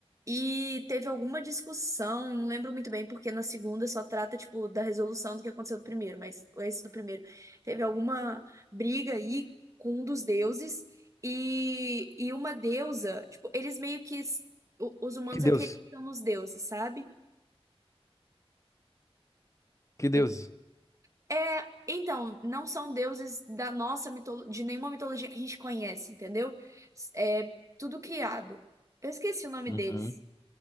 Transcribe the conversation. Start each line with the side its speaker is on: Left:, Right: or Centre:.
Right: e teve alguma discussão, não lembro muito bem, porque na segunda só trata, tipo, da resolução do que aconteceu do primeiro, mas esse do primeiro teve alguma briga aí com um dos deuses e, e uma deusa, tipo, eles meio que s- o- os humanos
Left: Que Deus,
Right: acreditam nos deuses, sabe?
Left: que Deus.
Right: Ele- É, então, não são deuses da nossa mitolo... de nenhuma mitologia que a gente conhece, entendeu? S- É tudo criado. Eu esqueci o nome
Left: Uhum.
Right: deles.